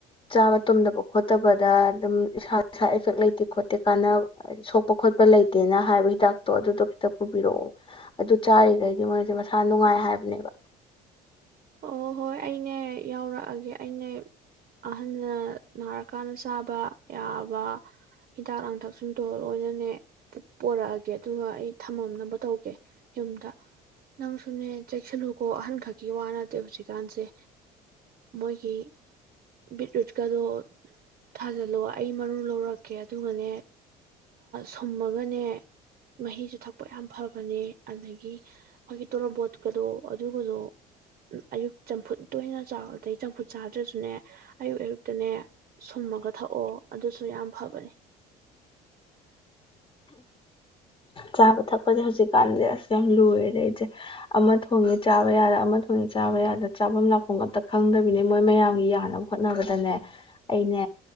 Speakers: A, on the left (about 25°); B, on the right (about 45°).
A: ꯆꯥꯕ ꯇꯨꯝꯗꯕ ꯈꯣꯠꯇꯕꯗ ꯑꯗꯨꯝ ꯏꯁꯥ ꯏꯁꯥ ꯏꯐꯦꯛ ꯂꯩꯇꯦ ꯈꯣꯠꯇꯦ ꯀꯥꯟꯅꯕ ꯁꯣꯛꯄ ꯈꯣꯠꯄ ꯂꯩꯇꯦꯅ ꯍꯥꯏꯕ ꯍꯤꯗꯥꯛꯇꯣ ꯑꯗꯨꯗꯣ ꯈꯤꯇ ꯄꯨꯕꯤꯔꯛꯑꯣ ꯑꯗꯨ ꯆꯥꯔꯤꯈꯩꯗꯤ ꯃꯣꯏꯁꯦ ꯃꯁꯥ ꯅꯨꯡꯉꯥꯏ ꯍꯥꯏꯕꯅꯦꯕ
B: ꯑꯣ ꯍꯣꯏ ꯑꯩꯅꯦ ꯌꯥꯎꯔꯛꯑꯒꯦ ꯑꯩꯅꯦ ꯑꯍꯟꯅ ꯅꯥꯔꯀꯥꯟꯗ ꯆꯥꯕ ꯌꯥꯕ ꯍꯤꯗꯥꯛ ꯂꯥꯡꯊꯛ ꯁꯤꯡꯗꯣ ꯂꯣꯏꯅꯅꯦ ꯄꯣꯔꯛꯑꯒꯦ ꯑꯗꯨꯒ ꯑꯩ ꯊꯃꯝꯅꯕ ꯇꯧꯒꯦ ꯌꯨꯝꯗ ꯅꯪꯁꯨꯅꯦ ꯆꯦꯛꯁꯤꯜꯂꯨꯀꯣ ꯑꯍꯟꯈꯛꯀꯤ ꯋꯥꯅ ꯑ ꯍꯧꯖꯤꯛꯀꯥꯟꯁꯦ ꯃꯣꯏꯒꯤ ꯕꯤꯠꯔꯨꯠꯀꯗꯣ ꯊꯥꯖꯤꯜꯂꯣ ꯑꯩ ꯃꯔꯨ ꯂꯧꯔꯛꯀꯦ ꯑꯗꯨꯒꯅꯦ ꯁꯨꯝꯃꯒꯅꯦ ꯃꯍꯤꯁꯨ ꯊꯛꯄ ꯌꯥꯝ ꯐꯕꯅꯦ ꯑꯗꯒꯤ ꯑꯩꯒꯤ ꯇꯅ ꯕꯣꯠ ꯀꯗꯣ ꯍꯧꯖꯤꯛ ꯍꯧ ꯑꯗꯨ ꯎ ꯑꯌꯨꯛ ꯆꯝꯐꯨꯠ ꯇꯣꯏ ꯑꯣꯏꯅ ꯆꯥꯎ ꯑꯗꯩ ꯆꯝꯐꯨꯠ ꯆꯥꯗ꯭ꯔꯁꯨꯅꯦ ꯑꯌꯨꯛ ꯑꯌꯨꯛꯇꯅꯦ ꯁꯣꯝꯃꯒ ꯊꯛꯑꯣ ꯑꯗꯨꯁꯨ ꯌꯥꯝ ꯐꯕꯅꯤ
A: ꯆꯥꯕ ꯊꯛꯄꯁ ꯍꯧꯖꯤꯛ ꯍꯧꯖꯤ ꯀꯥꯟꯗꯤ ꯑꯁ ꯌꯥꯝ ꯂꯣꯏꯔꯦꯗ ꯑꯩꯁꯦ ꯑꯃ ꯊꯣꯡꯉꯦ ꯆꯥꯕ ꯌꯥꯗ ꯑꯃ ꯊꯣꯡꯉꯦ ꯆꯥꯕ ꯌꯥꯗ ꯆꯥꯐꯝ ꯂꯥꯛꯐꯝ ꯑꯇ ꯈꯪꯗꯕꯤꯅꯤ ꯃꯣꯏ ꯃꯌꯥꯝꯒꯤ ꯌꯥꯅꯕ ꯍꯣꯠꯅꯕꯗꯅꯦ ꯑꯩꯅꯦ